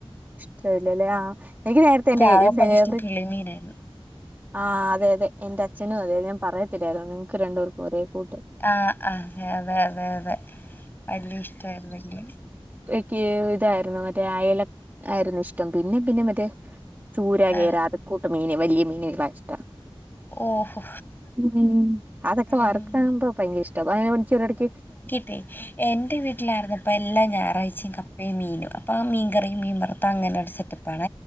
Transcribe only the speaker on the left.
ആകപ്പാടെ
ഇഷ്ടം കിളിമീനായിരുന്നു
ആഹ് ആഹ് അതെ അതെ അതെ അതെ വല്യ ഇഷ്ടായിരുന്നില്യ
ആഹ്
ഓഹോ
ഉം
ട്ടി, എന്റെ വീട്ടിലായിരുന്ന പ്പ എല്ലാ, ഞായറാഴ്ചയും കപ്പയും, മീനും. അപ്പൊ, മീൻ കറിയും മീൻ വറുത്തതും അങ്ങനെ ഒരു സെറ്റപ്പ ണ.